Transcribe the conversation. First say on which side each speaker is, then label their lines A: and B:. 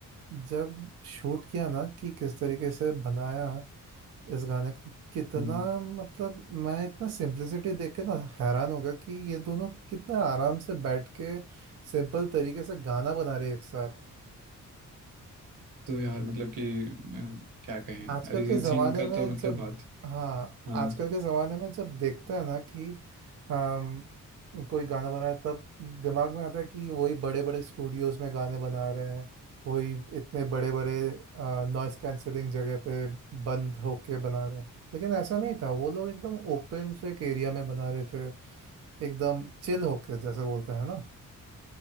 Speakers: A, on the right; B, on the right.
A: जब शूट किया ना कि किस तरीके से बनाया इस गाने को कितना
B: हम्म।
A: मतलब मैं इतना सिंप्लिसिटी देख के ना हैरान हो गया कि ये दोनों कितना आराम से बैठ के सिंपल तरीके से गाना बना रहे हैं एक साथ
B: तो यार मतलब कि अ, क्या कहें
A: आजकल
B: अरिजीत
A: के जमाने
B: सिंह का
A: में
B: तो मतलब
A: जब
B: बात
A: हाँ
B: हाँ
A: आजकल के जमाने में जब देखता है ना कि अम, कोई गाना बना है तब दिमाग में आता है कि वही बड़े बड़े स्टूडियोज में गाने बना रहे हैं वही इतने बड़े बड़े नॉइस कैंसलिंग जगह पे बंद होके बना रहे हैं लेकिन ऐसा नहीं था वो लोग एकदम ओपन फेक एरिया में बना रहे थे एकदम चिल होके जैसे बोलते हैं ना